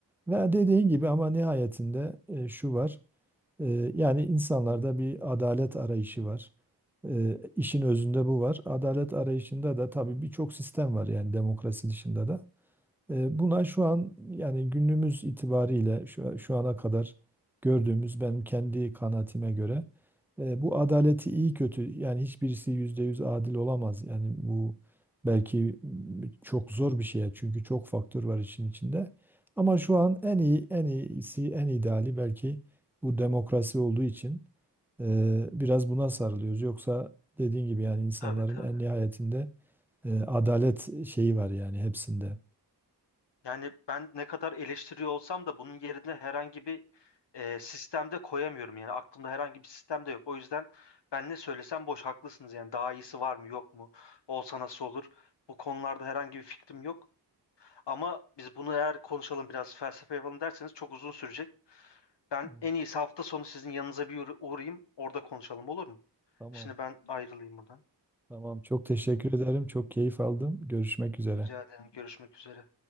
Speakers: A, in the centre; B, on the left (about 75°).
A: Ve dediğin gibi ama nihayetinde e, şu var. Ee, yani insanlarda bir adalet arayışı var. Ee, işin özünde bu var. Adalet arayışında da tabii birçok sistem var yani demokrasi dışında da. E, Buna şu an yani günümüz itibariyle şu, şu ana kadar gördüğümüz benim kendi kanaatime göre e, bu adaleti iyi kötü yani hiçbirisi yüzde yüz adil olamaz. Yani bu belki m, çok zor bir şey çünkü çok faktör var işin içinde. Ama şu an en iyi en iyisi en ideali belki bu demokrasi olduğu için e, biraz buna sarılıyoruz. Yoksa dediğin gibi yani insanların
B: Tabii tabii.
A: en nihayetinde e, adalet şeyi var yani hepsinde.
B: Yani ben ne kadar eleştiriyor olsam da bunun yerine herhangi bir e, sistemde koyamıyorum. Yani aklımda herhangi bir sistem de yok. O yüzden ben ne söylesem boş haklısınız. Yani daha iyisi var mı yok mu? Olsa nasıl olur? Bu konularda herhangi bir fikrim yok. Ama biz bunu eğer konuşalım biraz felsefe yapalım derseniz çok uzun sürecek. Ben
A: Evet.
B: en iyisi hafta sonu sizin yanınıza bir uğra- uğrayayım. Orada konuşalım olur mu?
A: Tamam,
B: Şimdi ben ayrılayım buradan.
A: tamam. Çok teşekkür ederim. Çok keyif aldım. Görüşmek üzere.
B: Rica ederim. Görüşmek üzere.